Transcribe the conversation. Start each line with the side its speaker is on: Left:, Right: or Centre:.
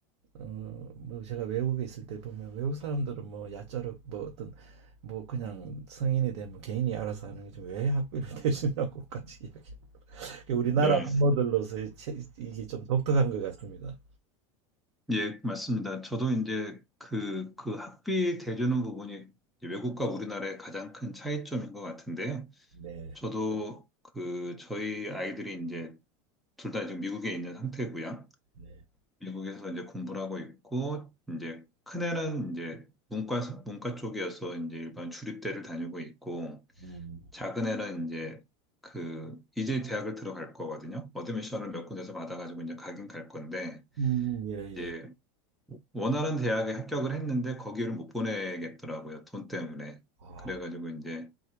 Right: 어 뭐 제가 외국에 있을 때 보면 외국 사람들은 뭐 야자로 뭐 어떤 뭐 그냥 성인이 되면 개인이 알아서 하는 게좀왜 학비를 대주냐고까지 이야기 <laughs> 그 우리나라
Centre: 네,
Right: 한모들로서의 체- 이게 좀 독특한 것 같습니다.
Centre: 예, 맞습니다. 저도 이제 그, 그 학비 대주는 부분이 이제 외국과 우리나라의 가장 큰 차이점인 것 같은데요.
Right: 네,
Centre: 저도 그, 저희 아이들이 이제 둘 다 지금 미국에 있는 상태고요.
Right: 네,
Centre: 미국에서 이제 공부를 하고 있고, 이제 큰애는 이제 문과, 문과 쪽이어서 이제 일반 주립대를 다니고 있고,
Right: 음,
Centre: 작은애는 이제 그, 이제 대학을 들어갈 거거든요. 어드미션을 몇 군데서 받아가지고 이제 가긴 갈 건데,
Right: 음, 예, 예.
Centre: 이제 원하는 대학에 합격을 했는데 거기를 못 보내겠더라고요. 돈 때문에.
Right: 아,
Centre: 그래가지고 이제